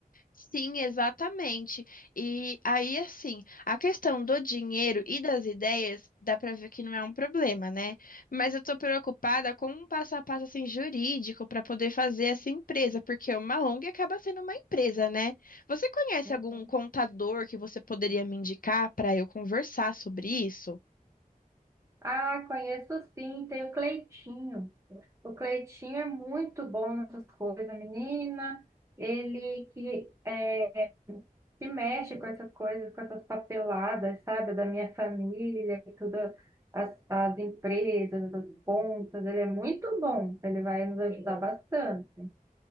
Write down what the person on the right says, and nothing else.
Uhum.
Ah, conheço sim, tem o Cleitinho. O Cleitinho é muito bom nessas coisas, menina. Ele que é que mexe com essas coisas, com essas papeladas, sabe, da minha família, e tudo, as, as empresas, as contas, ele é muito bom, ele vai nos ajudar bastante.